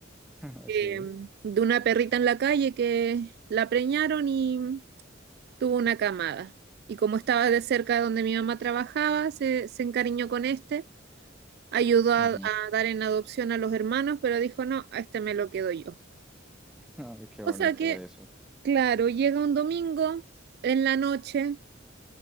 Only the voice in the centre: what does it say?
<laughs>
Sí.
ujú.
Ay, qué
bonito
eso.